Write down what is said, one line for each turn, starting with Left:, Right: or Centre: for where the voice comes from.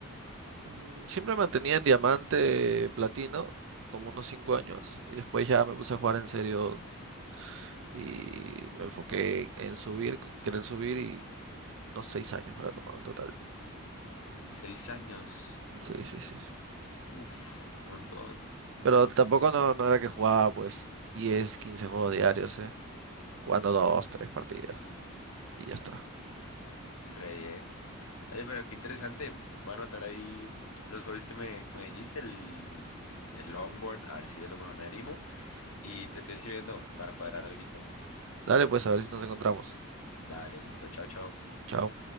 Right: Mm, Siempre mantenía en diamante eh, platino, como unos 5 años, y después ya me puse a jugar en serio y me enfoqué en, en subir, en querer subir y unos 6 años me lo ha tomado en total.
Left: Seis años.
Right: Sí, sí, sí.
Left: Uf, un montón.
Right: Pero tampoco no, no era que jugaba pues 10 15 juegos diarios, ¿eh? Jugando 2, 3 partidas y ya está.
Left: Re bien. Oye, pero qué interesante. Voy a anotar ahí mm, los hobbies que me, que me dijiste, el, mm, el longboard, a ver si a lo mejor me animo. Y te estoy escribiendo para cuadrar alguito.
Right: Dale, pues a ver si nos encontramos.
Left: Dale, listo. Chao, chao.
Right: Chao.